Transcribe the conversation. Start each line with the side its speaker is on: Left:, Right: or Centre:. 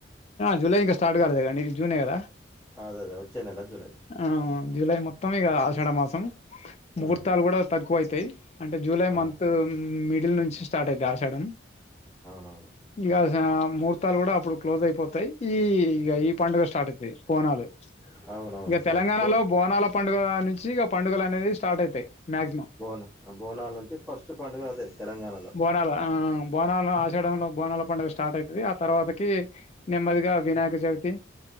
Left: జూలై ఇంకా స్టార్ట్ కాలేదు కాదండి ఇది జూనే కదా
Centre: అదే అదే వచ్చే నెల జూలై
Left: ఆ జులై మొత్తం ఇగ ఆషాఢ మాసం ముహూర్తాలు
Centre: ఉమ్,
Left: కూడా తక్కువ అయితయి అంటే జూలై
Centre: ఆ,
Left: మంత్ మిడిల్ నుంచి స్టార్ట్ అయితై ఆషాడం
Centre: అవును అవును
Left: ఇగా ఆశ ముహూర్తాలు కూడా అప్పుడు క్లోజ్ అయిపోతాయి ఈ ఇగ ఈ పండుగ స్టార్ట్ అయితాయి బోనాలు
Centre: అవునవును
Left: ఇగా
Centre: సార్
Left: తెలంగాణలో
Centre: బో
Left: బోనాల పండుగ నుంచి ఇగ పండుగలు అనేది స్టార్ట్ అయితయి మాక్సిమం
Centre: బోనా బోనాల నుంచి ఫస్ట్ పండుగ అదే తెలంగాణలో
Left: బోనాల ఆ బోనాల ఆషాడం లో బోనాల పండుగ స్టార్ట్ అయితది ఆ తర్వాతకి నిమ్మదిగా వినాయక చవితి